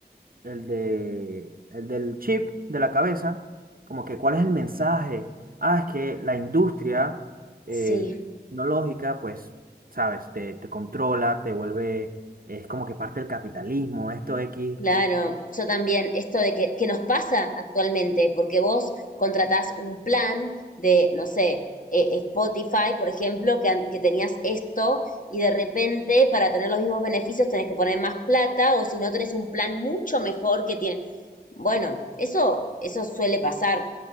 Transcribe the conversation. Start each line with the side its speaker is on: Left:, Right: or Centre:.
Right: el de, el del chip de la cabeza, como que cuál es el mensaje. Ah, es que la industria eh,
Left: Sí.
Right: tecnológica, pues, sabes, te, te controla, te vuelve, es como que parte del capitalismo, esto X,
Left: Claro, yo también, esto de que, que nos pasa actualmente, porque vos contratás un plan de, no sé, eh, Spotify, por ejemplo, que, an- que tenías esto y de repente para tener los mismos beneficios tenés que poner más plata o si no tenés un plan mucho mejor que tiene. Bueno, eso, eso suele pasar,